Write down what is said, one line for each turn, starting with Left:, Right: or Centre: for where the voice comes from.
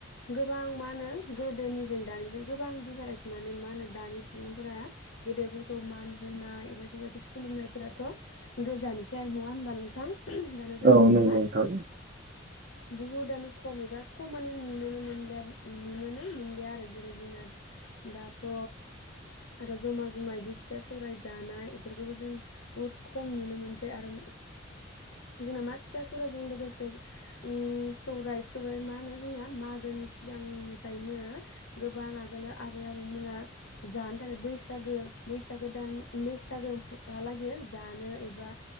Left: गोबां मा होनो गोदोनिजों दानिजों गोबां दिफारेन्स माने मा होनो दानि सुबुंफोरा गेदेरफोरखौ मान होनाय एबा बेफोरबायदि खुलुमनायफोराथ' गोजानसै आरो नङा होमबा नोंथां। दाना जों
Right: औ
Left: बेफोरखौ
Right: नंगौ
Left: मा
Right: नोंथां
Left: बहुदानो खमैबो खमानिनो नुनोनो मोनलिया नुनोनो मोनलिया आरो जेरै जोंना दाथ' रज जमा जमा बिदि फिथा सौराय जानाय बेफोरखौबो जों बुहुत खम नुनो मोनसै। आरो जोंना मा फिथा सौरायजों लोगोसे ओं सौराय सौराय मा होनो जोंना मागोनि सिगांनिफ्रायनो गोबां आगोल आबै आबौमोना जानो थाखाय बैस बैसागो बैसागो दान बैसागोहालागै जानो एबा